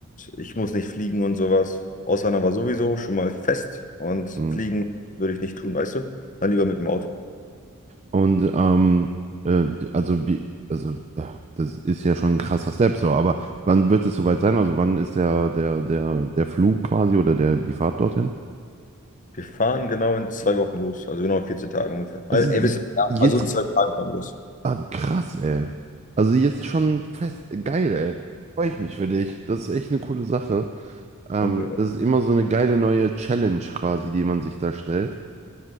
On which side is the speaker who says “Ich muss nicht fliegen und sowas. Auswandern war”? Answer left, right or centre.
Left